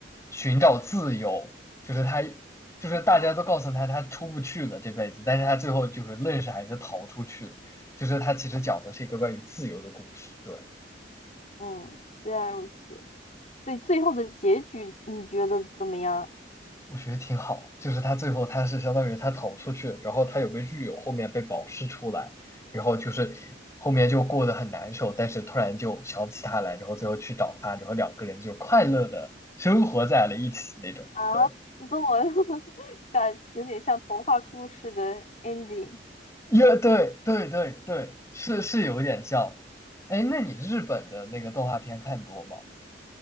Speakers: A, on the left; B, on the left.
A: 寻找自由，就是他就是大家都告诉他他出不去了这辈子，
B: 嗯，
A: 但是他最后就是愣是还是逃出去了，就是他其实讲的是一个关于自由的故事，对。
B: 嗯，原来如此。对，最后的结局你觉得怎么样？
A: 我觉得挺好，就是他最后他是相当于他逃出去，然后他有个狱友后面被保释出来，然后就是后面就过得很难受，但是突然就想起他来，然后最后去找他，然后两个人就快乐的生活在了一起那种。
B: 啊，
A: 对，
B: 你跟我 <laughs> 像有点像童话故事的 ending
A: 也对对对对，是是有点像。哎，那你日本的那个动画片看多吗？